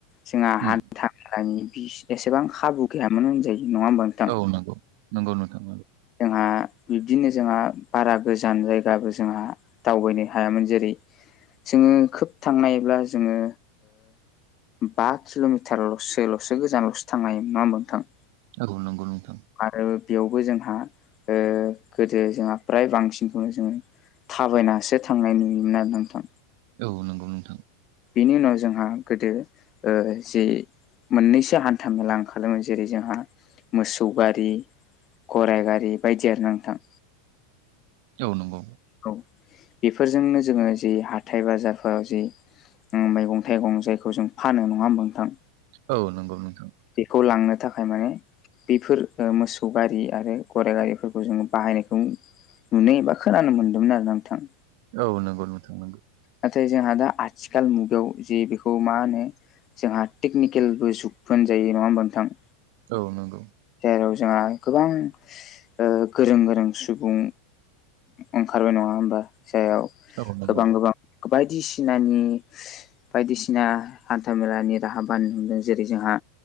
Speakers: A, on the left; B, on the right.
A: जोंहा
B: उम
A: हान्था मेलानि एसेबां खाबु गैयामोन होनजायो नङा होमबानो
B: औ नंगौ नंगौ नोंथां
A: जोंहा बिब्दिनो जोंहा बारा गोजान जायगाबो जोंहा दावबायनो हायामोन जेरै जोङो खोब थांनायब्ला जोङो बा किल'मिटारल'सोल'सो गोजानल'सो थांनो हायो नङा होमबा नोंथां
B: औ नंगौ नोंथां।
A: आरो बेयावबो जोंहा ओ गोदो जोंहा फ्राय बांसिनखौनो जोङो थाबायनासो थांनाय नुयोमोन आरो नोंथां
B: औ नंगौ नोंथां
A: बेनि उनाव जोंहा गोदो ओ जि मोननैसो हान्था मेला ओंखारो जेरै जोंहा मोसौ गारि गराइ गारि बायदियानो नोंथां।
B: औ नंगौ
A: औ बेफोरजोंनो जोङो जि हाथथाय बाजारफोराव जि मैगं थाइगं जायखौ जों फानो नङा होमबा‌ नोंथां
B: औ नंगौ नोंथां।
A: बेखौ लांनो थाखाय माने बेफोर मोसौ गारि आरो गराइ गारिफोरखौ जोङो बाहायनायखौ नुनो एबा खोनानो मोन्दोंमोन आरो नोंथां।
B: औ नंगौ नोंथां नंगौ
A: नाथाय जोंहा दा आथिखाल मुगायाव जि बेखौ मा होनो जोंहा टेकनिकेलबो जुग होनजायो नङा होमबा नोंथां।
B: औ नंगौ
A: जेराव जोंहा गोबां ओ गोरों गोरों सुबुं ओंखारबाय नङा होमबा जायाव
B: औ नंगौ
A: गोबां गोबां बायदिसिनानि बायदिसिना हान्था मेलानि राहा बा नुनो जेरै जोंहा